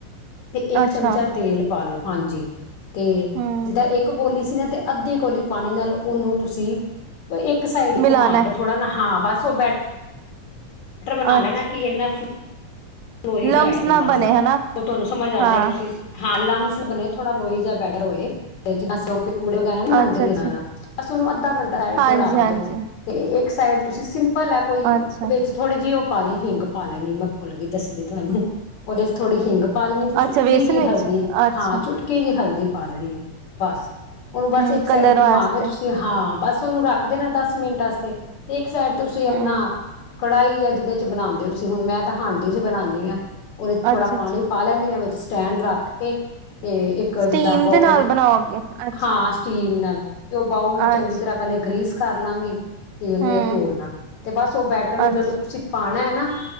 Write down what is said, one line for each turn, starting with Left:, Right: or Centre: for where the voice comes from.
Left: ਤੇ ਇੱਕ
Right: ਅੱਛਾ
Left: ਚਮਚਾ ਤੇਲ ਪਾ ਲੋ ਹਾਂਜੀ ਤੇ
Right: ਹਮ
Left: ਜਿੱਦਾਂ ਇੱਕ ਗੋਲੀ ਸੀ ਨਾ ਤੇ ਅੱਧੀ ਕੋਲੀ ਪਾਣੀ ਨਾ ਲੋ ਉਹਨੂੰ ਤੁਸੀਂ। ਇੱਕ ਸਾਈਡ
Right: ਮਿਲਾਣਾ
Left: ਘੁੰਮਾ ਕੇ ਥੋੜਾ ਨਾ। ਹਾਂ ਬਸ। ਸੋ ਬੈਠ। ਬੈਟਰ ਬਣਾ
Right: ਅੱਛ
Left: ਲੈਣਾ ਕਿ ਇੰਨਾ ਲੌਈ ਜਾਏ
Right: ਲਮਸ
Left: ਜਿੱਦਾਂ।
Right: ਨਾ ਬਣੇ ਹਨਾ
Left: ਉਹ ਤੁਹਾਨੂੰ ਸਮਝ ਆ ਜਾਵੇਗਾ
Right: ਹਾਂ
Left: ਤੁਸੀਂ ਹਾਲ ਲਮਸ ਨ ਬੰਨੇ ਥੋੜ੍ਹਾ ਲੋਈ ਜਿਹਾ ਬੈਟਰ ਹੋਏ। <inaudible> ਪੁਡਿੰਗ ਵਗੈਰਾ ਨਹੀਂ ਬਣਾਂਦੇ
Right: ਅੱਛਾ
Left: ਇਹਨਾਂ
Right: ਅੱਛਾ
Left: ਦਾ। ਬਸ ਉਹਨੂੰ ਅੱਧਾ ਘੰਟਾ ਰਾਈਡ
Right: ਹਾਂਜੀ-ਹਾਂਜੀ,
Left: ਤੇ ਰੱਖ ਦੋ ਤੇ। ਸਾਈਡ ਤੁਸੀਂ ਸਿੰਘ। ਭਲਾ ਕੋਈ
Right: ਅੱਛਾ।
Left: ਵਿਚ ਥੋੜੇ ਜਿਹੇ ਉਹ। ਪਾ ਲਈ ਹਿੰਗ ਪਾ ਲੈਣੀ ਮੈਂ ਭੁਲ ਗਈ। ਦੱਸਦੀ ਤੁਹਾਨੂੰ। ਉਹਦੇ ਚ ਥੋੜੀ ਹਿੰਗ ਪਾ ਲੈਣੀ ਤੇ ਚੁਟਕੀ
Right: ਅੱਛਾ ਵੇਸਨ
Left: ਜਿਹੀ
Right: ਵਿੱਚ,
Left: ਹਲਦੀ
Right: ਅੱਛਾ
Left: ਹਾਂ। ਚੁਟਕੀ ਜਿਹੀ ਹਲਦੀ। ਪਾ ਲੈਣੀ। ਬਸ ਉਹਨੂੰ ਬਸ
Right: ਹੂੰ
Left: ਇੱਕ
Right: ਕਲਰ
Left: ਸਾਈਡ ਘੁਮਾ
Right: ਵਾਸਤੇ
Left: ਕੇ ਤੁਸੀਂ ਹਾਂ। ਬਸ ਉਹਨੂੰ ਰੱਖਦੇ ਨਾ ਦਸ ਮਿੰਟ ਵਾਸਤੇ ਤੇ। ਫਿਰ ਤੁਸੀਂ ਆਪਣਾ।
Right: ਹੂੰ
Left: ਕੜਾਹੀ ਆ ਜਿਹਦੇ ਚ ਬਣਾਉਂਦੇ ਹੋ ਤੁਸੀ ਹੁਣ। ਮੈਂ ਤਾਂ ਹਾਨਡੀ ਚ ਬਣਾਉਂਦੇ ਹਾਂ। ਉਹਨੇ ਥੋੜਾ
Right: ਅੱਛਾ-ਅੱਛਾ।
Left: ਪਾਣੀ ਪਾ ਲੈਣੀ ਆ ਵਿੱਚ। ਸਟੈਂਡ ਰੱਖ ਕੇ। ਤੇ ਇੱਕ
Right: ਸਟੀਮ
Left: ਜਿੱਦਾਂ ਬਾਊਲ
Right: ਦੇ ਨਾਲ ਬਣਾਓਗੇ। ਅੱਛਾ,
Left: ਹਾਂ। ਸਟੀਮ ਨਾਲ ਤੇ ਉਹ ਬਾਊਲ ਨੂੰ
Right: ਅੱਛ
Left: ਚੰਗੀ ਤਰ੍ਹਾਂ ਪਹਿਲੇ ਇਕ। ਗ੍ਰੀਸ ਕਰ ਲਾਂਗੇ ਤੇਲ
Right: ਹੂੰ
Left: ਯਾ ਘਿਓ ਨਾਲ ਤੇ ਬਸ ਉਹ ਬੈਟਰ ਨੂੰ
Right: ਅੱਛ
Left: ਜਦੋਂ ਤੁਸੀਂ ਪਾਉਣਾ ਹੈ ਨਾ